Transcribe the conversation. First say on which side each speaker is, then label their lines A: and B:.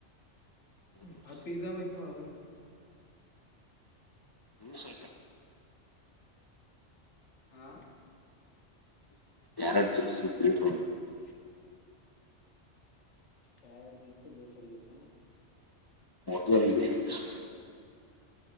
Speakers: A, on the left (about 30°); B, on the left (about 80°).
A: ಮೊಮೋಸ್
B: ಹ್ಮ್ ಅ್ ಪಿಜಾ ಹೋಯ್ತು ನೋಡು ಅದುನು
A: ಮೂ ಸ ಆತ <unintelligible>
B: ಹಾ
A: ಯಾರ ಜಸ <unintelligible>
B: <inaudible> ಾಯಡ್ ಜಸ ಬೆೇಟರ್ ಜಸ <unintelligible>
A: ಮೌದಲ <unintelligible>